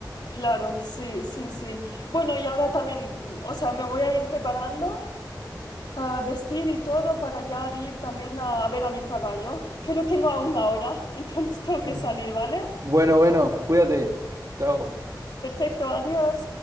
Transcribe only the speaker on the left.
Claro, sí, sí, sí. Bueno, y ahora también, mm, o sea, me voy a ir preparando para vestir y todo para ya ir también a, a ver a mi caballo, que lo tengo a una hora, <laughs> entonces tengo
que salir, ¿vale?
Perfecto, adiós.